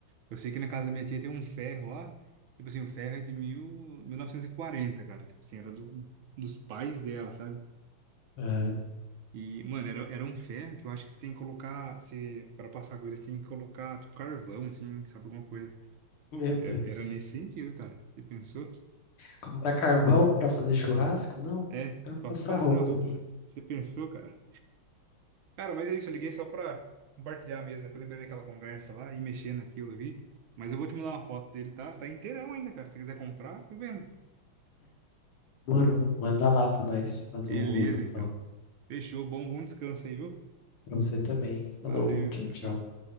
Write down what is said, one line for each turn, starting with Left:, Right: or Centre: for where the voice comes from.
Right: Eu sei que na casa da minha tia tem um ferro lá. Tipo assim, o ferro é de mil, 1940, cara. Tipo assim, era do, dos pais dela, sabe?
Left: É.
Right: E, mano, era, era um ferro que eu acho que você tem que colocar, você, pra passar com ele, você tem que colocar, tipo, carvão, assim, sabe, alguma coisa.
Left: Meu
Right: Era,
Left: Deus.
Right: era nesse sentido, cara. Você pensou?
Left: Comprar carvão para fazer churrasco? Não, pô,
Right: É, pra
Left: passar
Right: passar
Left: roupa
Right: a roupa.
Left: aqui.
Right: Você pensou, cara? Cara, mas é isso, eu liguei só pra compartilhar mesmo, é que eu lembrei daquela conversa lá e mexendo aqui eu vi. Mas eu vou te mandar uma foto dele, tá? Tá inteirão ainda, cara. Se quiser comprar, eu vendo.
Left: Moro, manda lá pra nós fazer
Right: Beleza,
Left: um rolo então.
Right: então. Fechou, bom, bom descanso aí, viu?
Left: Pra você também. Falou,
Right: Valeu,
Left: tchau,
Right: tchau,
Left: tchau.
Right: tchau.